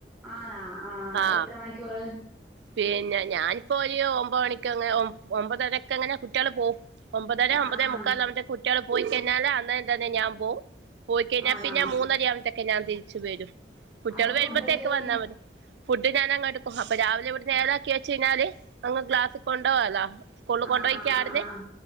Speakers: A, in the centre; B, on the right (about 70°).
A: ആണാ ആഹ്
B: ആ
A: എത്ര മണിക്കൂറ്
B: പിന്നെ ഞാനിപ്പോ ഒരു ഒമ്പത് മണിക്കക്ക് ഒമ്പതരക്കങ്ങനെ കുടിയാള് പോവും. ഒമ്പതര
A: ആഹ്
B: ഒമ്പതേ
A: ആഹ് ആഹ്
B: മുക്കാൽ കുട്ടികൾ പോയി കഴിഞ്ഞാല് അന്നേരം തന്നെ ഞാൻ പോകും. പോയി കഴിഞ്ഞാൽ
A: ആണാ
B: പിന്നെ മൂന്നരയാവുമ്പോത്തൊക്കെ ഞാൻ തിരിച്ചു വരും കുട്ടികൾ
A: അപ്പൊ
B: വരുമ്പോഴത്തേക്ക്ക്
A: ഫുഡൊക്കെ
B: വന്നാൽ മതി. ഫുഡ് ഞാന അങ് എടുക്കും അപ്പ രാവിലെ ഇവിടെ നേഏലാക്കിെ കഴിഞ്ഞാല് അങ് ഗ്ലാസ്സിൽ കൊണ്ടോ വാലോ? സ്കൂളിൽ
A: ആഹ്
B: കൊണ്ടുപോയിക്ക
A: ആഹ് ആഹ് ആഹ്